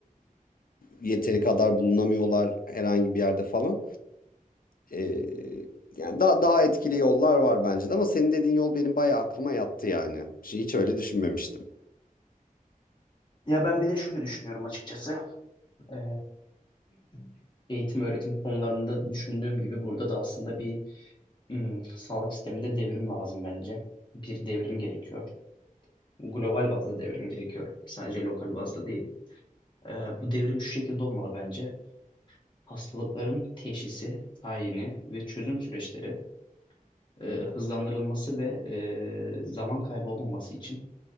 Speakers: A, on the left (about 80°); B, on the left (about 35°).
A: yeteri kadar bulunamıyorlar herhangi bir yerde falan. Ee, yani daha daha etkili yollar var bence de ama senin dediğin yol benim bayağı aklıma yattı yani. Şey, hiç öyle düşünmemiştim.
B: Ya ben bir de şöyle düşünüyorum açıkçası. Ee, <clears throat> eğitim öğretim konularında düşündüğüm gibi burada da aslında bir hmm, sağlık sisteminde devrim lazım bence. Bir devrim gerekiyor. Global bazda devrim gerekiyor. Sadece lokal bazda değil. Ee, bu devrim şu şekilde olmalı bence. Hastalıkların teşhisi, tayini ve çözüm süreçleri e, hızlandırılması ve e, zaman kaybı olmaması için